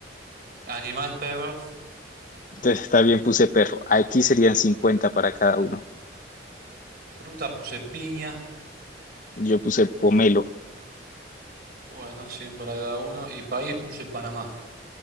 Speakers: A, on the right; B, on the left.
A: Animal, perro.
B: Entonces, está bien, puse perro. Aquí serían 50 para cada uno.
A: Fruta puse piña.
B: Yo puse pomelo.
A: Bueno, 100 para cada uno. Y país puse Panamá.